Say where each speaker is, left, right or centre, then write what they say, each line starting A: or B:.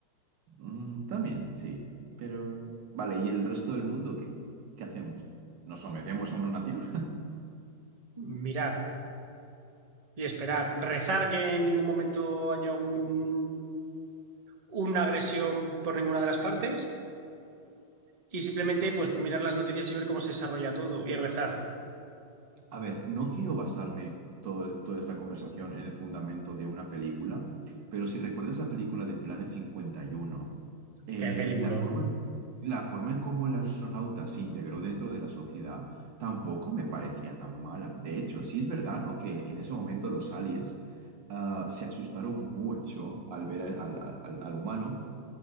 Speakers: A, on the right; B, on the right.
A: Mm, también, sí, pero... Vale, ¿y el resto del mundo qué? ¿Qué hacemos? ¿Nos sometemos a una nación?
B: mirar y esperar, rezar que en ningún momento haya un, una agresión por ninguna de las partes y simplemente pues mirar las noticias y ver cómo se desarrolla todo y rezar.
A: A ver, no quiero basarme todo- toda esta conversación en el fundamento de una película, pero si recuerdas la película de Planet 51, eh,
B: Qué peliculón.
A: la forma, la forma en cómo el astronauta se integró dentro de la sociedad tampoco me parecía tan mala. De hecho, sí es verdad, ¿no? Que en ese momento los aliens, ah, se asustaron mucho al ver al, al- al- al humano